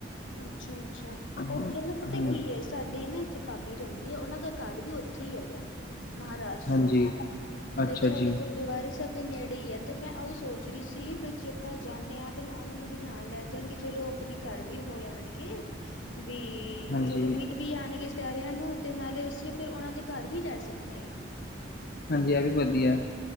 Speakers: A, on the left; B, on the left.
A: ਅੱਛਾ-ਅੱਛਾ,
B: ਹਾਂਜੀ
A: ਉੱਥੇ ਨਾ ਪਤਾ ਕੀ ਹੈ, ਸਾਡੀ ਨਾ ਇੱਥੇ ਭਾਬੀ ਰਹਿੰਦੀ ਹੈ ਉਹਨਾਂ ਦਾ ਘਰ ਵੀ ਉੱਥੇ ਹੀ ਹੈਗਾ। ਮਹਾਰਾਸ਼ਟਰ,
B: ਹਾਂਜੀ
A: ਮੈਂ
B: ਅੱਛਾ
A: ਖਿਆਲ
B: ਜੀ
A: ਗੁਰਦੁਆਰੇ ਸਾਹਿਬ ਦੇ ਨੇੜੇ ਹੀ ਹੈ ਤੇ ਮੈਂ ਉਹੀ ਸੋਚ ਰੀ ਸੀ ਵੀ ਜੇ ਆਪਾਂ ਜਾਂਦੇ ਹਾਂ ਤੇ ਮੈਂ ਉਹਨਾਂ ਨੂੰ ਵੀ ਨਾਲ ਲੈ ਜਾਗੀ ਚਲੋ ਆਪਣੇ ਘਰ ਵਿ ਹੋ ਜਾਣਗੇ, ਵੀ
B: ਹਾਂਜੀ
A: ਚਲੋ ਮਿਲ ਵੀ ਆਣਗੇ ਸਾਰਿਆਂ ਨੂੰ ਤੇ ਨਾਲੇ ਅਸੀਂ ਫਿਰ ਉਹਨਾਂ ਦੇ ਘਰ ਵੀ ਰਹਿ ਸਕਦੇ ਦੀਆਂ,
B: ਹਾਂਜੀ ਇਹ ਵੀ ਵਧੀਆ,